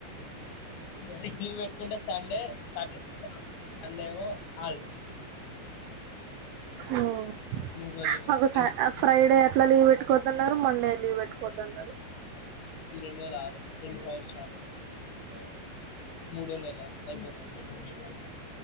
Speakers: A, on the left (about 80°); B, on the right (about 85°).
A: సిక్లీవ్ పెట్టుకుంటే సండే సాటర్డే సండేమో హాలిడే
B: ఉహ్
A: మూడు రోజులు
B: మాకు
A: ఈ
B: ఫ్రైడే అట్ల లీవ్ పెట్టుకోవద్దన్నారు. మండే లీవ్ పెట్టుకోవద్దన్నారు
A: ఈ రెండు వేల ఆరు రెండు సంవత్సరాలు ఆ మూడో నెల అయిపోతంది ఇంక మూడు